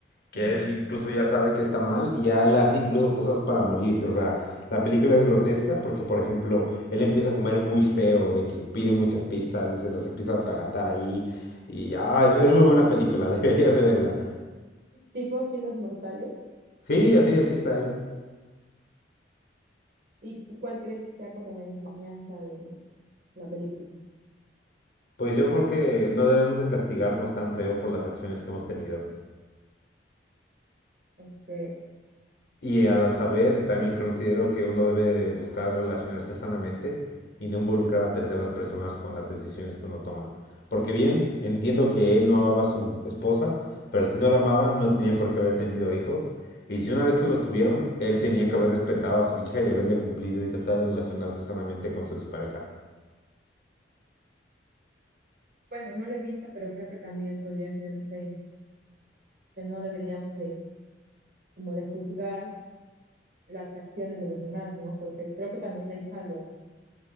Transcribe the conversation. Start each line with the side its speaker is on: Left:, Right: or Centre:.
Left: que
Right: Ujú.
Left: él incluso ya sabe que está mal y ya él hace incluso cosas para morirse. O sea, la película es grotesca porque, por ejemplo, él empieza a comer muy feo, de que pide muchas pizzas y se las empieza a atragantar ahí. Y ah, es, es muy buena película, <laughs> deberías de verla.
Right: Tipo aquí los mortales.
Left: Sí, así, así está él.
Right: ¿Y tú cuál crees que sea como la enseñanza de la película?
Left: Pues yo creo que no debemos de castigarnos tan feo por las acciones que hemos tenido.
Right: Ok.
Left: Y a la saber, también considero que uno debe buscar relacionarse sanamente y no involucrar a terceras personas con las decisiones que uno toma. Porque bien, entiendo que él no amaba a su esposa, pero si no la amaba no tenía por qué haber tenido hijos. Y si una vez que los tuvieron, él tenía que haber respetado a su hija y haberle cumplido y tratar de relacionarse sanamente con su expareja.
Right: Bueno, no la he visto, pero creo que también podría ser, no sé, que no deberíamos de, como de juzgar las acciones de los demás, ¿no? Porque creo que también la hija lo,